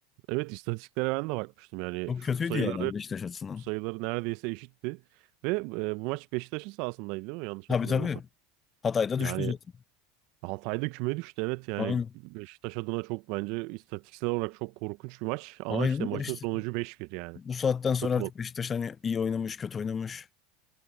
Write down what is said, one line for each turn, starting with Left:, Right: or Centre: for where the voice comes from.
Right: Evet istatistiklere ben de bakmıştım. Yani
Left: Çok
Right: şut
Left: kötüydü
Right: sayıları
Left: yani Beşiktaş açısından.
Right: sayıları neredeyse eşitti. Ve e, bu maç Beşiktaş'ın sahasındaydı değil mi? Yanlış
Left: Tabii
Right: hatırlamıyorsam.
Left: tabii. Hatay'da
Right: Yani
Left: düştü zaten.
Right: Altay'da küme düştü. Evet yani
Left: Aynen.
Right: Beşiktaş adına çok bence istatistiksel olarak çok korkunç bir maç. Ama
Left: Aynen
Right: işte maçın
Left: de işte.
Right: sonucu beş bir yani.
Left: Bu saatten sonra
Right: Futbol.
Left: artık Beşiktaş hani iyi oynamış, kötü oynamış.